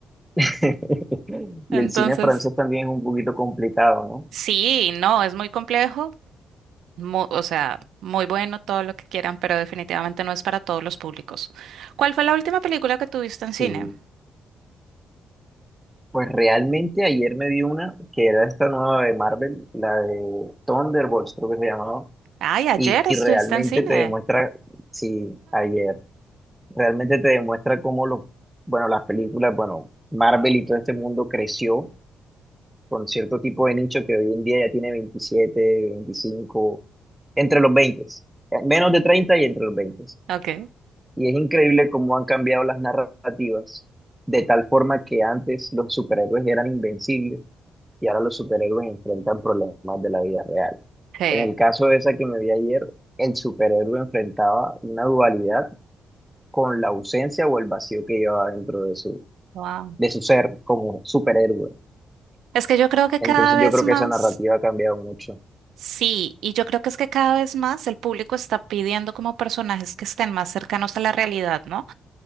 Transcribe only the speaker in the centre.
<laughs> Y
el cine francés también es un poquito complicado, ¿no?
Sí. Pues realmente ayer me vi una que era esta nueva de Marvel, la de Thunderbolts creo que se llamaba,
y, y
realmente
te demuestra, sí, ayer, realmente te demuestra cómo los, bueno, las películas, bueno, Marvel y todo este mundo creció con cierto tipo de nicho que hoy en día ya tiene 27, 25, entre los 20, eh, menos de 30 y entre los 20.
Y es increíble cómo han cambiado las narrativas, de tal forma que antes los superhéroes eran invencibles y ahora los superhéroes enfrentan problemas de la vida real.
En el caso de esa que me vi ayer, el superhéroe enfrentaba una dualidad con la ausencia o el vacío que llevaba dentro de su,
de su ser como superhéroe.
Entonces
yo creo
que esa narrativa ha cambiado mucho